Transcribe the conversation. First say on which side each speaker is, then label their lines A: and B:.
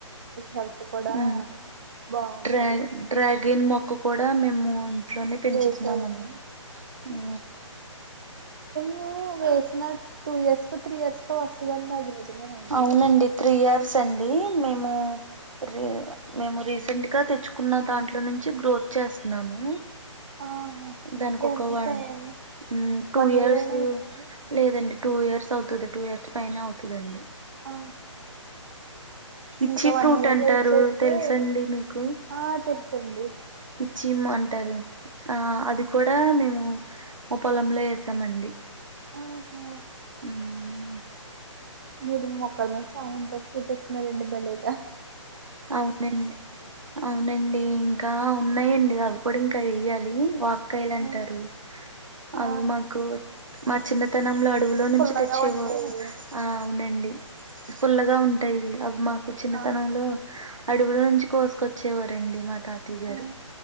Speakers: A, on the right; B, on the right.
A: హెల్త్ కూడా
B: ఊ
A: బాగుంటది
B: డ్రాగన్ డ్రాగన్ మొక్క కూడా మేము ఔన్ ట్లోనే పెంచుతున్నామన్
A: వేసారండి
B: ఊ
A: ఊ వేసిన టూ ఇయర్స్ కో త్రీ ఇయర్స్ కో వస్తుదండి అది నిజమేనండి
B: అవునండి త్రీ ఇయర్స్ అండి మేము రీ మేము రీసెంట్ గా తెచ్చుకున్న దాంట్లో నుంచి గ్రోత్ చేస్తున్నాను
A: ఆ
B: దానికి ఒక
A: ఎంత
B: వన్
A: ఎంత
B: ఊ టూ
A: వన్
B: ఇయర్స్
A: ఇయర్ అయినా అయిందండి
B: లేదండి టూ ఇయర్స్ అవుతది టూ ఇయర్స్ పైనే అవుతదండి
A: ఆ
B: ఇచ్చి
A: ఇంకా వన్
B: ఫ్రూట్
A: ఇయర్
B: అంటారు
A: వెయిట్ చేస్తే
B: తెలుసండి మీకు
A: ఆ తెలుస్తుంది
B: ఇచ్చిమ్ అంటారు ఆ అది కూడా ఆ మేము ముప్ పొలంలో ఏసామండి
A: ఆహా
B: మ్మ్
A: మీరు మొక్కల మీద చాలా ఇంట్రెస్ట్ చూపిస్తున్నారండి బలే
B: అవునండి అవునండి ఇంకా ఉన్నాయండి అవి కూడా ఇంకా ఎయ్యాలి. లీ వా కయిలంటారు
A: ఆ ఆ,
B: అవి మాకు మా చిన్నతనంలో అడవులో నుంచి
A: పుల్లగా
B: తెచ్చే
A: ఉంటాయివి
B: వు ఆ అవునండి పుల్లగా ఉంటాయి అవి మాకు చిన్న
A: ఆ
B: తనంలో అడవులో నుంచు కోసుకొచ్చేవారండి మా తాతయ్య గారు
A: ఆ